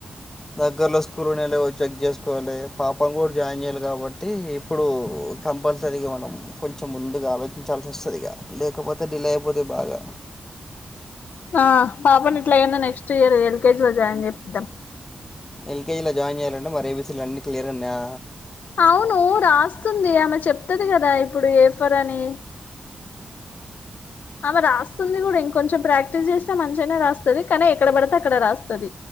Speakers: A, on the left; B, on the left.
A: దగ్గరలో స్కూల్ ఉన్నాయో లేవో చెక్ చేసుకోవాలి పాపను కూడా జాయిన్ చేయాలి కాబట్టి ఇప్పుడు కంపల్సరీగా మనం కొంచెం ముందుగా ఆలోచించాల్సి వస్తుందిక లేకపోతే డిలే అయిపోతే బాగా
B: ఆ పాపని ఇట్లాయినా నెక్స్ట్ ఇయర్ ఎల్కేజీ లో జాయిన్ చేపిద్దాం
A: ఎల్కేజీలో జాయిన్ చేయాలంటే మరి ఏబీసీలు అన్ని క్లియర్ అ
B: అవును రాస్తుంది ఆమె చెప్తది కదా అది ఇప్పుడు ఏఫర్ అని ఆమె రాస్తుంది కూడా ఇంకొంచెం ప్రాక్టీస్ చేస్తే మంచిగానే రాస్తుది కానీ ఎక్కడ పడితే అక్కడ రాస్తుది